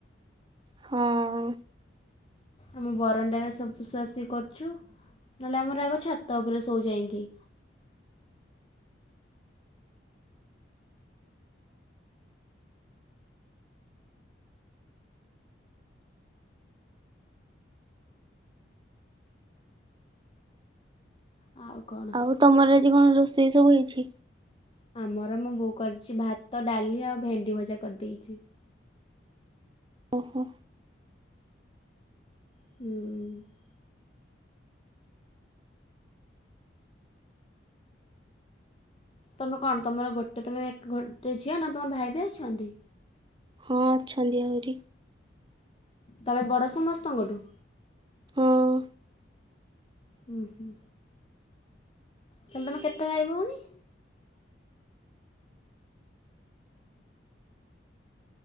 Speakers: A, on the right (about 25°); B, on the left (about 30°).
A: ହଁ।
B: ଆମ ବରଣ୍ଡାରେ ସବୁଶୁଆସୋଇ କରୁଛୁ ନହେଲେ ଆମର ଆଗ ଛାତ ଉପରେ ଶୋଉ ଯାଇଁକି। ଆଉ କ'ଣ
A: ଆଉ ତମର ଆଜି କଣ ରୋଷେଇ ସବୁ ହେଇଛି?
B: ଆମର ମୋ ବୋଉ କରିଛି ଭାତ ଡାଲି ଆଉ ଭେଣ୍ଡି ଭଜା କରିଦେଇଛି।
A: ଓହୋ।
B: ହୁଁ। ତୁମେ କଣ ତୁମର ଗୋଟେ ତୁମେ ଏକ ଗୋଟେ ଝିଅ ନା ତମର ଭାଇ ବି ଅଛନ୍ତି?
A: ହଁ ଅଛନ୍ତି ଆହୁରି।
B: ତମେ ବଡ ସମସ୍ତଙ୍କଠୁ?
A: ହଁ।
B: ହୁଁ ହୁଁ। ତମେ <unintelligible> କେତେ ଭାଇ ଭଉଣୀ?